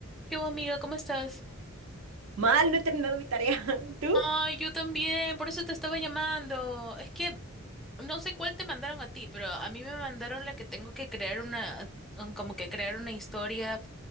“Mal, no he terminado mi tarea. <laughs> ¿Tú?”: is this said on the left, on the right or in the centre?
Right